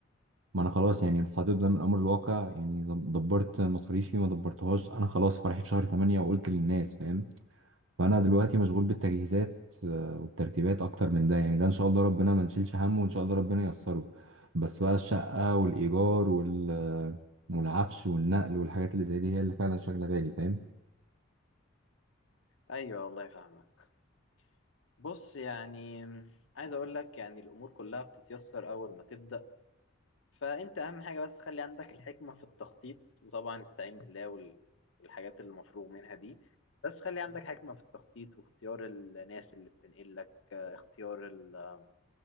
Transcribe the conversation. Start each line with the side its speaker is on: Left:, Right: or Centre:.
Right: ما انا خلاص يعني اتحطيت قدام الامر الواقع يعني دب- دبرت مصاريفي ما دبرتهاش انا خلاص فرحي في شهر 8 وقلت للناس فاهم فانا دلوقتي مشغول بالتجهيزات آه، والترتيبات اكتر من ده يعني ده ان شاء الله ربنا ما نشيلش همه وان شاء الله ربنا ييسره بس بقى الشقة والايجار وال آه، والعفش والنقل والحاجات اللي زي دي هي اللي فعلا شاغلة بالي فاهم
Left: ايوه والله فاهمك بص يعني عايز اقول لك يعني الامور كلها بتتيسر اول ما تبدا فانت اهم حاجه بس خلي عندك الحكمه في التخطيط وطبعا استعين بالله وال- والحاجات اللي المفروغ منها دي بس خلي عندك حكمه في التخطيط واختيار الناس اللي بتنقل لك آه، اختيار ال-